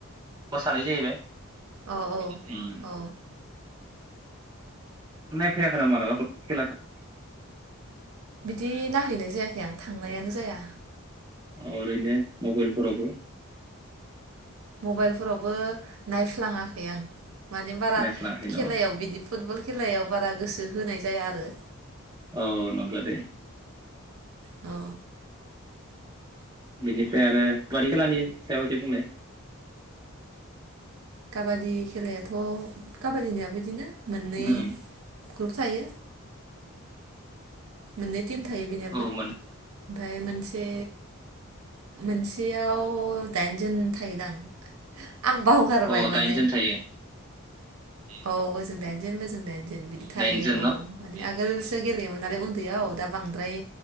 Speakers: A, on the right; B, on the right.
A: अ सानै जाहैबाय
B: औ
A: हम
B: औ
A: नायफैयाखै मालाबा नों बल खेलाखौ?
B: बिदि नायहैनाय जायाखै आं थांनायानो जाया।
A: अ ओरैनो मबाइलफोरावबो
B: मबाइलफोरावबो नायफ्लाङाखै आं माने बारा
A: नायफ्लाङाखै न
B: खेलायाव बिदि फुटबल खेलायाव बारा गोसो होनाय जाया आरो।
A: औ नंगौ दे
B: औ
A: बिनिफ्राय आरो खलानि खेलानि सायाव एसे बुंनाय।
B: काबादि खेलायाथ' काबादिनाबो बिदिनो मोननै
A: हम
B: ग्रुप थायो मोननै टिम थायो बेनाबो
A: औ मोन
B: ओमफाय मोनसे मोनसेयाव दाइनजोन थायोदां आं बावगारबाय
A: अ
B: माने
A: दाइनजोन थायो
B: औ ओजों दाइनजोन दाइनजोन बिदि
A: दाइनजोन
B: थायो औ
A: न
B: माने आगोलसो गेलेयो गैयाव दा बांद्राय